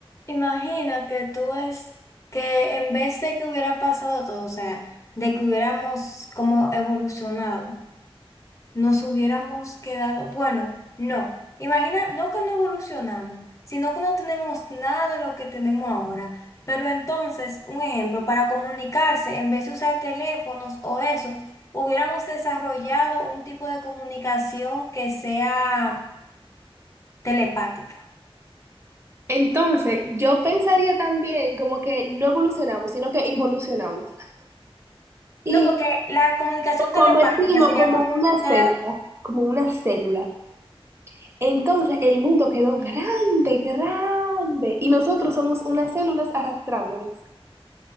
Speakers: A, on the left (about 30°); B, on the right (about 25°).
A: Imagina que tú es que en vez de que hubiera pasado todo, o sea, de que hubiéramos como evolucionado, nos hubiéramos quedado, bueno, no. Imagina, no que no evolucionamos, sino que no tenemos nada de lo que tenemos ahora. Pero entonces, un ejemplo, para comunicarse, en vez de usar teléfonos o eso, hubiéramos desarrollado un tipo de comunicación que sea telepática.
B: Entonces, yo pensaría también como que no evolucionamos, sino que involucionamos. Y
A: No, porque la comunicación
B: nos convertimos
A: telepática sería
B: como
A: como
B: en una célula,
A: una
B: como una célula. Entonces, el mundo quedó grande, grande. Y nosotros somos unas células arrastrándonos.